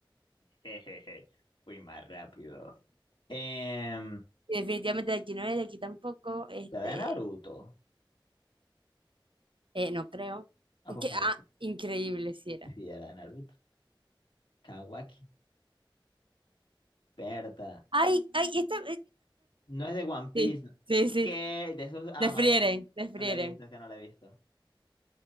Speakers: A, on the left (about 70°); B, on the right (about 75°).
A: Jejeje, fui más rápido. Eh,
B: Y definitivamente de aquí no es, de aquí tampoco. Este,
A: ¿Ya era de Naruto?
B: eh, no creo.
A: Ah,
B: ¿Qué?
A: pues me
B: Ah, increíble si era.
A: sí, era de Naruto. Kawaki. Berta.
B: Ay, ay, esta...
A: No es de One Piece.
B: Sí,
A: no.
B: sí, sí.
A: ¿Qué? De esos. Ah,
B: Desfrieren,
A: imagínate.
B: desfrieren.
A: No lo he visto, es que no lo he visto.